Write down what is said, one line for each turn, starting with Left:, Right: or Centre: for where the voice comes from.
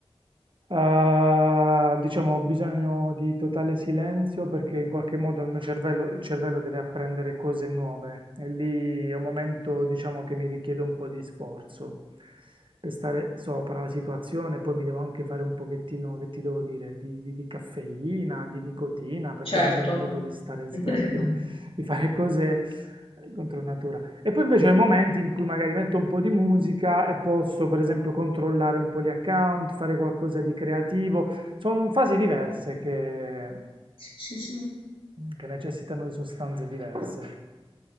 Right: eh, diciamo, ho bisogno di totale silenzio perché in qualche modo il mio cervello, il cervello deve apprendere cose nuove e lì è un momento diciamo, che mi richiede un po' di sforzo per stare sopra la situazione, poi mi devo anche fare un pochettino, che ti devo dire, di, di- di caffeina, di nicotina, perché
Left: certo.
Right: ho bisogno proprio di stare sveglio,
Left: <laughs>
Right: di fare cose eh, contro natura. E poi invece ho i momenti in cui magari metto un po' di musica e posso, per esempio, controllare un po' gli account, fare qualcosa di creativo. Sono fasi diverse che,
Left: Sì, sì, sì.
Right: che necessitano di sostanze diverse.